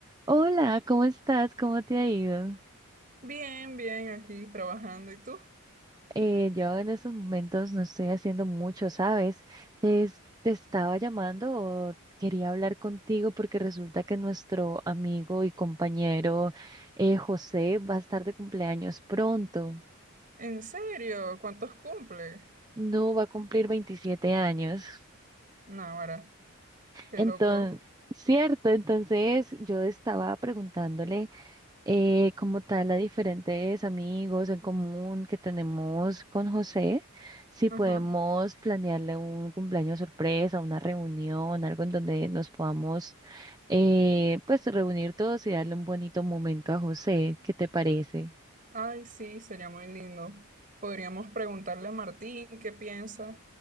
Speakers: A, on the right; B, on the right.
A: Hola, ¿cómo estás? ¿Cómo te ha ido?
B: Bien, bien, aquí trabajando. ¿Y tú?
A: Eh, yo en estos momentos no estoy haciendo mucho, ¿sabes? Te, es- te estaba llamando o quería hablar contigo porque resulta que nuestro amigo y compañero eh, José va a estar de cumpleaños pronto.
B: ¿En serio? ¿Cuántos cumple?
A: No va a cumplir 27 años.
B: Náguara, qué
A: Entonces,
B: loco.
A: cierto, entonces yo estaba preguntándole. eh, como tal a diferentes amigos en común que tenemos con José, si
B: Ajá.
A: podemos planearle un cumpleaños sorpresa, una reunión, algo en donde nos podamos eh, pues reunir todos y darle un bonito momento a José. ¿Qué te parece?
B: Ay, sí, sería muy lindo. Podríamos preguntarle a Martín qué piensa,